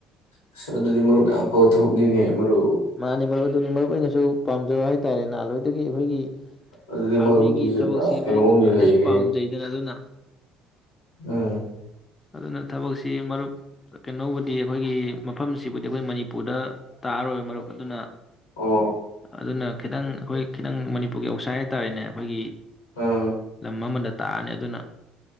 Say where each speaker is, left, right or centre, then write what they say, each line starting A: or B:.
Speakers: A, on the left; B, on the left.
A: ꯑꯥꯁ ꯑꯗꯨꯗꯤ ꯃꯔꯨꯞ ꯌꯥꯝ ꯐꯕꯥ ꯊꯕꯛꯅꯤꯅꯦ ꯃꯔꯨꯞ
B: ꯃꯥꯅꯤ ꯃꯔꯨꯞ ꯑꯗꯨꯅꯤ ꯃꯔꯨꯞ ꯑꯩꯅꯁꯨ ꯄꯥꯝꯖꯕ ꯍꯥꯏꯇꯥꯔꯦ ꯅꯍꯥꯟꯜꯋꯥꯏꯗꯒꯤ ꯑꯩꯈꯣꯏꯒꯤ
A: ꯑꯗꯨꯗꯤ
B: ꯑꯥꯔꯃꯤꯒꯤ
A: ꯃꯔꯨꯞꯀꯤꯁꯦ
B: ꯊꯕꯛꯁꯤ
A: ꯄꯨꯔꯥ ꯀꯩꯅꯣꯝꯅꯤ
B: ꯃꯔꯨꯞ ꯅꯥꯍꯟꯗꯩꯩꯁꯨ
A: ꯂꯩꯔꯦ
B: ꯄꯥꯝꯖꯩꯗꯅ ꯑꯗꯨꯅ
A: ꯎꯝ
B: ꯑꯗꯨꯅ ꯊꯕꯛꯁꯤ ꯃꯔꯨꯞ ꯀꯩꯅꯣꯕꯨꯗꯤ ꯑꯩꯈꯣꯏꯒꯤ ꯃꯐꯝꯁꯤꯕꯨꯗꯤ ꯑꯩꯈꯣꯏ ꯃꯅꯤꯄꯨꯔꯗ ꯇꯔꯔꯣꯏꯕ ꯃꯔꯨꯞ ꯑꯗꯨꯅ
A: ꯑꯣ
B: ꯑꯗꯨꯅ ꯈꯤꯇꯪ ꯑꯩꯈꯣꯏ ꯈꯤꯇꯪ ꯃꯅꯤꯄꯨꯔꯒꯤ ꯑꯧꯁꯥꯏ ꯍꯥꯏꯇꯥꯥꯔꯦꯅꯦ ꯑꯩꯈꯣꯏꯒꯤ
A: ꯎꯝ
B: ꯂꯝ ꯑꯃꯗ ꯇꯥꯔꯥꯅꯤ ꯑꯗꯨꯅ